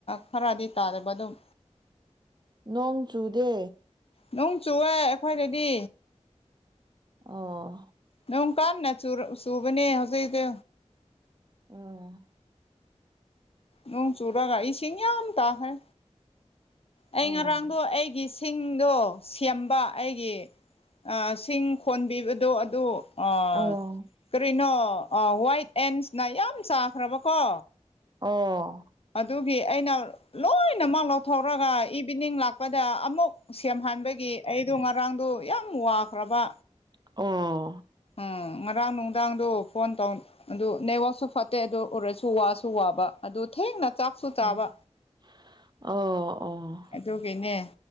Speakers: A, on the left; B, on the right.
A: ꯈꯔꯗꯤ ꯇꯥꯗꯕ ꯑꯗꯨꯝ꯫
B: ꯅꯣꯡ ꯆꯨꯗꯦ
A: ꯅꯨꯡ ꯆꯨꯑꯦ ꯑꯩꯈꯣꯏꯗꯗꯤ
B: ꯑꯣ
A: ꯅꯣꯡ ꯀꯥꯟꯅ ꯆꯨꯔ ꯆꯨꯕꯅꯦ ꯍꯧꯖꯤꯛꯗꯤ
B: ꯎꯝ
A: ꯅꯣꯡ ꯆꯨꯔꯒ ꯏꯁꯤꯡ ꯌꯥꯝ ꯇꯥꯈ꯭ꯔꯦ ꯑꯩ
B: ꯎꯝ
A: ꯉꯔꯥꯡꯗꯣ ꯑꯩꯒꯤ ꯁꯤꯡꯗꯣ ꯁꯦꯝꯕ ꯑꯩꯒꯤ ꯁꯤꯡ ꯈꯣꯟꯕꯤꯕꯗꯣ ꯑꯗꯨ ꯑ
B: ꯑꯣ
A: ꯀꯔꯤꯅꯣ ꯋꯥꯏꯠ ꯑꯦꯟꯁꯅ ꯌꯥꯝ ꯆꯥꯈ꯭ꯔꯕꯀꯣ
B: ꯑꯣ
A: ꯑꯗꯨꯒꯤ ꯑꯩꯅ ꯂꯣꯏꯅꯃꯛ ꯂꯧꯊꯣꯛꯔꯒ ꯏꯚꯤꯅꯤꯡ ꯂꯥꯛꯄꯗ ꯑꯃꯨꯛ ꯁꯦꯝꯍꯟꯕꯒꯤ ꯑꯩꯗꯣ ꯉꯔꯥꯡꯗꯣ ꯌꯥꯝ ꯋꯥꯈ꯭ꯔꯕ
B: ꯑꯣ
A: ꯎꯝ ꯉꯔꯥꯡ ꯅꯨꯡꯗꯥꯡꯗꯣ ꯐꯣꯟ ꯇꯧ ꯑꯗꯨ ꯅꯦꯠꯋꯥꯛꯁꯨ ꯐꯠꯇꯦ ꯑꯗꯨ ꯎꯔꯁꯨ ꯋꯥꯁꯨ ꯋꯥꯕ ꯑꯗꯨ ꯊꯦꯡꯅ ꯆꯥꯛꯁꯨ ꯆꯥꯕ
B: ꯎꯝ ꯑꯣ ꯑꯣ
A: ꯑꯗꯨꯒꯤꯅꯦ